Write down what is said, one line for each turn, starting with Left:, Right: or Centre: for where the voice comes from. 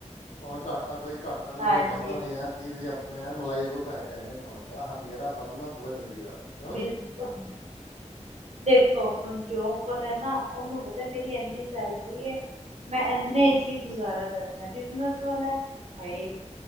Left: ਭਾਵੇਂ ਘਾਟਾ ਕੋਈ ਘਾਟਾ ਨੀ
Right: ਹਾਂਜੀ
Left: ਕੋਈ ਵਾਧਾ ਨੀ ਹੈ ਤੀਹ ਤਰੀਖ ਹੁਣੇ ਐਂਨ ਮਲਾਈੰ ਵਾਂਗੂ ਪੈਹੇ ਆ ਜਾਣੇ ਅਕਾਊਂਟ ਵਿੱਚ ਆਹ ਹਨੇਰਾ ਵੱਜ ਜਾਣਾ ਪੂਰਾ ਜ਼ਿੰਦਗੀ ਦਾ-
Right: ਬ-
Left: ਕਿਉਂ ਜੀ
Right: <unintelligible> ਦੇਖੋ ਹੁਣ ਜੋਬ ਵਾਲਾ ਨਾ ਉਹਨੂੰ ਪਤਾ ਮੇਰੀ ਇੰਨੀ ਸੈਲਰੀ ਐ ਮੈਂ ਇੰਨੇ ਚ ਹੀ ਗੁਜ਼ਾਰਾ ਕਰਨਾ ਹੈ, ਬਿਜ਼ਨਸ ਵਾਲਾ ਹਾਏ